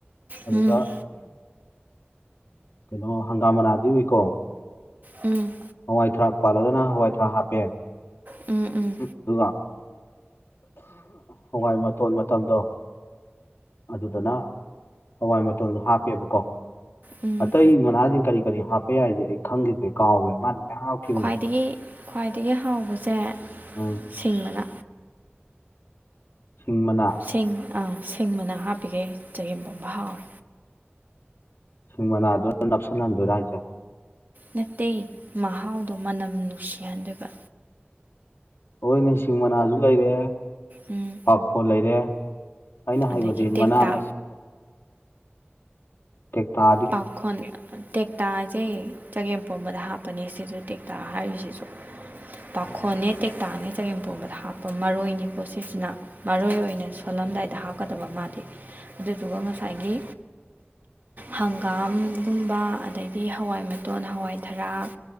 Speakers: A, on the left (about 85°); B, on the right (about 50°).
A: ꯑꯗꯨꯗ
B: ꯎꯝ
A: ꯀꯩꯅꯣ ꯍꯪꯒꯥꯝ ꯃꯅꯥꯗꯤ ꯎꯨꯏꯀꯣ
B: ꯎꯝ
A: ꯍꯋꯥꯏ ꯊꯔꯥꯛ ꯄꯥꯜꯂꯒꯅ ꯍꯋꯥꯏ ꯊꯔꯥꯛ ꯍꯥꯞꯄꯦ
B: ꯎꯝ ꯎꯝ
A: ꯑꯗꯨꯒ ꯍꯋꯥꯏ ꯃꯇꯣꯟ ꯃꯇꯝꯗꯣ ꯑꯗꯨꯗꯅ ꯍꯋꯥꯏ ꯃꯇꯣꯟꯗꯣ ꯍꯥꯞꯄꯦꯕꯀꯣ
B: ꯎꯝ
A: ꯑꯇꯩ ꯃꯅꯥꯁꯤꯡ ꯀꯔꯤ ꯀꯔꯤ ꯍꯥꯞꯄ ꯌꯥꯏꯁꯦ ꯑꯩ ꯈꯪꯈꯤꯁꯦ ꯀꯥꯎꯋꯦ ꯃꯥꯗꯤ ꯃꯌꯥꯝ ꯍꯥꯞꯈꯤꯕꯅꯤ
B: ꯈ꯭ꯋꯥꯏꯗꯒꯤ ꯈ꯭ꯋꯥꯏꯗꯒꯤ ꯍꯥꯎꯕꯁꯦ
A: ꯑꯝ
B: ꯁꯤꯡ ꯃꯅꯥ
A: ꯁꯤꯡ ꯃꯅꯥ
B: ꯁꯤꯡ ꯁꯤꯡ ꯃꯅꯥ ꯍꯥꯞꯄꯤꯒꯩ ꯆꯒꯦꯝ ꯄꯣꯝꯕ ꯍꯥꯎꯋꯦ
A: ꯍꯤꯡ ꯃꯅꯥꯗꯨꯅ ꯅꯞꯁꯤꯜꯍꯟꯗꯣꯏꯔꯥ ꯍꯥꯏꯁꯦ
B: ꯅꯠꯇꯦ ꯃꯍꯥꯎꯗꯣ ꯃꯅꯝ ꯅꯨꯡꯁꯤꯍꯟꯗꯨꯢꯕ
A: ꯍꯣꯏꯅꯦ ꯁꯤꯡ ꯃꯅꯥꯖꯨ ꯂꯩꯔꯦ
B: ꯎꯝ
A: ꯄꯥꯈꯣꯜ ꯂꯩꯔꯦ ꯑꯩꯅ ꯍꯥꯏꯕꯗꯤ
B: ꯑꯗꯒꯤ ꯇꯦꯛꯇꯥ
A: ꯃꯅꯥ ꯃꯁꯤꯡ ꯇꯦꯛꯇꯥ
B: ꯄꯥꯈꯣꯟ ꯇꯦꯛꯇꯥ ꯖꯦ ꯆꯒꯦꯝ ꯄꯣꯝꯕꯗ ꯍꯥꯞꯄꯅꯦ ꯁꯤꯁꯨ ꯇꯦꯛꯇꯥ ꯍꯥꯏꯔꯤꯁꯤꯁꯨ ꯄꯥꯈꯣꯟꯅꯦ ꯇꯦꯛꯇꯥꯅꯦ ꯆꯒꯦꯝ ꯄꯣꯝꯕꯗ ꯍꯥꯞꯄ ꯃꯔꯣꯏꯅꯤꯀꯣ ꯁꯤꯁꯤꯅ ꯃꯔꯣꯏ ꯑꯣꯏꯅ ꯁꯣꯜꯂꯝꯗꯥꯏꯗ ꯍꯥꯞꯀꯗꯕ ꯃꯥꯗꯤ ꯑꯗꯨꯗꯨꯒ ꯉꯁꯥꯏꯒꯤ ꯍꯪꯒꯥꯝꯒꯨꯝꯕ ꯑꯗꯒꯤ ꯍꯋꯥꯏ ꯃꯇꯣꯟ ꯍꯋꯥꯏ ꯊꯔꯥꯛ